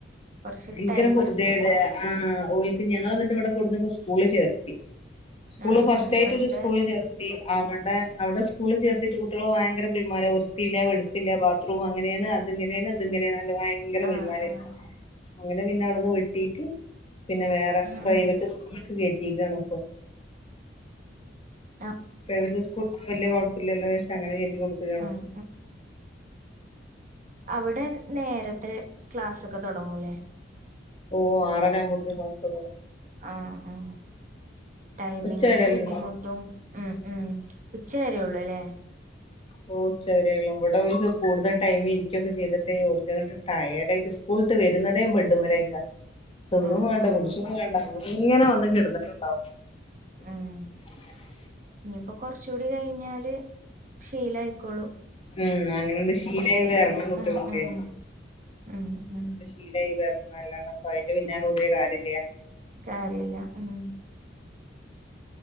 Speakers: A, on the right; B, on the left.
A: കൊറച്ച്
B: ഇൻക്കെരു
A: ടൈം
B: പെർത്യോട്
A: എടുക്കും
B: ആഹ് ഓൽക്ക് ഞങ്ങള് ന്നട്ട് ഇവിടെ കൊട്ന്ന് സ്കൂള് ചേർത്തി സ്കൂള്
A: ആഹ്
B: ഫസ്റ്റ്
A: ഉം
B: ആയിട്ട്
A: ഇവിടുത്തെ
B: ഒര് സ്കൂള് ചേർ ടത്തി അവടെ അവിടെ സ്കൂള്ല് ചേർത്തിട്ട് കുട്ടികള് ഭയങ്കര കുൽ മാല് വൃത്തില്ല വെടുപ്പ്ല്ല ബാ ത്ത്റൂമ് അങ്ങനെണ് അത്ങ്ങനെണ് ഇത്ങ്ങനെണ് പറഞ്ഞാണ്ട് ഭയങ്കര
A: ആഹ്
B: കുൽമ്മാല്
A: ആഹ്
B: അങ്ങനെ പിന്നെ അവിട്ന്ന് വെട്ടീട്ട് പിന്നെ വേറെ പ്രൈവറ്റ്
A: ഉം
B: സ്കൂൾ ക്ക് കോറ്റ്യക്കാണ് ഇപ്പം
A: ആഹ്
B: പ്രൈവറ്റ് സ്കൂള് ഇപ്പ വല്ല്യ കൊഴപ്പല്ലല്ലോച്ചാരിച്ച് അങ്ങനെ കയറ്റി കൊടുത്ത്ക്കാണ്
A: ആഹ്
B: പ്പം
A: അവടെ നേരത്തെ ക്ലാസെക്കെ തെടങ്ങൂലേ
B: ഓ ആറര ആപോത് ന് ക്ലാസ് തെടങ്ങും
A: ആഹ്ആഹ് ടൈമിങ്ങിന്റെ
B: ഉച്ച വരെയല്ലേ
A: ബുദ്ധിമുട്ടും
B: ഉണ്ടാവു
A: ഉം ഉം ഉച്ച വരേള്ളുല്ലേ
B: ഓ ഉച്ചവരെള്ളു വിടെ ഓൽക്ക് കൂടുതൽ ടൈം ഇരിക്കയൊക്കെ ചെയ്തിട്ട് ഓക്ക് ങ്ങട്ട് ടയേർഡ് ആയിട്ട് സ്ക്കൂള്ട്ട് വരുന്നതെ ബെഡ്മലെക്കാ തിന്നും
A: ആഹ്
B: വേണ്ട
A: ആഹ്
B: കുടിച്ചും വേണ്ടങ്ങനെ വന്ന് കിടന്നിട്ടുണ്ടാവും <unintelligible>
A: ഉം ഇനിയിപ്പോ കൊറചൂടി കഴിഞ്ഞാല് ശീലയിക്കോളൂ
B: ഉം അങ്ങനെണ്ട് ശീലായി വരണം കുട്ടികൾക്കേ
A: ഉം ഉം
B: <inaudible>
A: ഉം ഉം
B: ശീലായി വര്ണ്ണം അല്ലാണ്ട പ്പംഅയിന്റെ പിന്നാല കൂടിയ കാര്യല്ല
A: കാര്യല്ല ഉം